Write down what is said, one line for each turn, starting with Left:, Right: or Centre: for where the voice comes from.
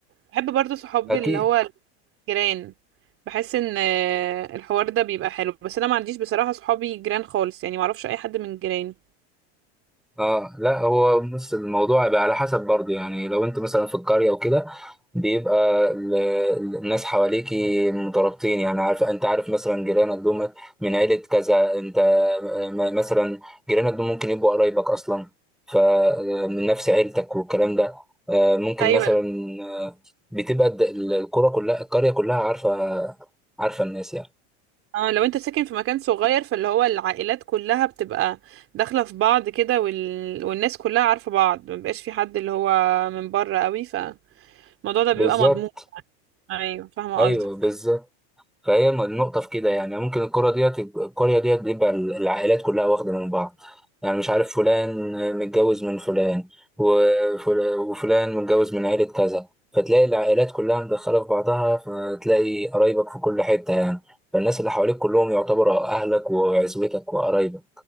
Right: بحب برضه صحابي
Centre: اكيد
Right: اللي هو الجيران بحس ان آه، الحوار ده بيبقى حلو بس انا ما عنديش بصراحة صحابي جيران خالص يعني ما اعرفش اي حد من جيراني
Centre: اه لا هو بص الموضوع بقى على حسب برضه يعني لو انت مثلا في القرية وكده بيبقى ال- ال- الناس حواليكي مترابطين يعني عارف انت عارف مثلا جيرانك دول من عيلة كذا انت م- مثلا جيرانك دول ممكن يبقوا قرايبك اصلا فمن نفس عيلتك والكلام ده آه، ممكن
Right: ايوه
Centre: مثلا آه، بتبقى الد- ال- القرى كلها القرية كلها عارفة عارفة الناس يعني
Right: اه لو انت ساكن في مكان صغير فاللي هو العائلات كلها بتبقى داخله في بعض كده وال... والناس كلها عارفه بعض ما بيبقاش في حد اللي هو من بره قوي فالموضوع ده
Centre: بالظبط
Right: بيبقى مضمون ايوه فاهمه
Centre: ايوه
Right: قصدك
Centre: بالظبط فهي النقطة في كده يعني ممكن الكرة ديت القرية ديت بيبقى العائلات كلها واخدة من بعض يعني مش عارف فلان متجوز من فلان وفل- وفلان متجوز من عيلة كذا فتلاقي العائلات كلها مدخلة في بعضها فتلاقي قرايبك في كل حتة يعني فالناس اللي حواليك كلهم يعتبروا أهلك وعزوتك وقرايبك